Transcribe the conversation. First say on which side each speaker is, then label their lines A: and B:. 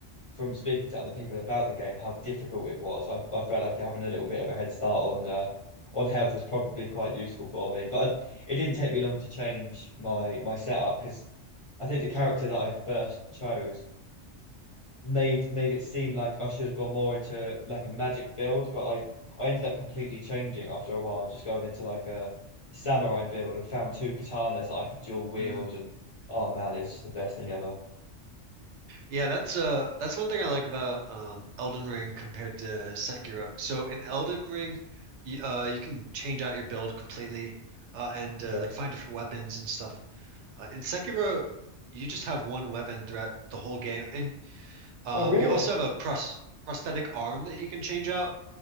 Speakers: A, on the left; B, on the right.
A: from speaking to other people about the game how difficult it was. I, I felt like having a little bit of a head start on uh, on health was probably quite useful for me. But I, it didn't take me long to change my my setup because I think the character that I first chose made made it seem like I should have gone more into like a magic build, but I I ended up completely changing after a while and just going into like a samurai build and found two katanas that I could dual wield
B: Mm.
A: and oh man, it was just the best thing ever.
B: Yeah, that's uh that's one thing I like about um Elden Ring compared to Sekiro. So in Elden Ring, you, uh you can change out your build completely, uh and
A: Yeah.
B: uh, like find different weapons and stuff. Uh, in Sekiro, you just have one weapon throughout the whole game, and um,
A: Oh really?
B: you also have a pros prosthetic arm that you can change out.